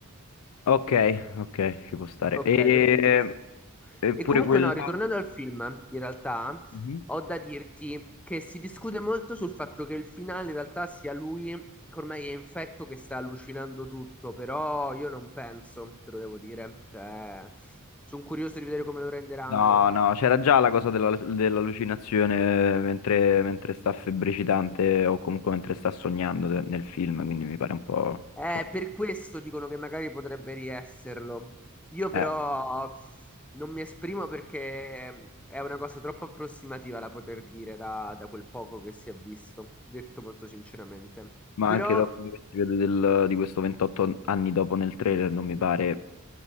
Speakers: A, on the left (about 80°); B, in the centre.
A: Ok, ok, ci può stare.
B: Ok,
A: E,
B: per dirti questo.
A: eppure
B: E comunque
A: quella...
B: no, ritornando al film, in realtà
A: Mhm.
B: ho da dirti che si discute molto sul fatto che il finale in realtà sia lui che ormai è infetto che sta allucinando tutto, però io non penso, te lo devo dire, cioè sono curioso di vedere come lo renderanno.
A: No, no, c'era già la cosa della- dell'allucinazione eh, mentre, mentre sta febbricitante o comunque mentre sta sognando de- nel film, quindi mi pare un po'...
B: Eh,
A: forte.
B: per questo dicono che magari potrebbe riesserlo. Io però
A: Eh,
B: non mi esprimo perché è una cosa troppo approssimativa da poter dire da, da quel poco che si è visto, detto molto sinceramente.
A: ma
B: Però
A: anche dopo quello che si vede del- di questo 28 anni dopo nel trailer non mi pare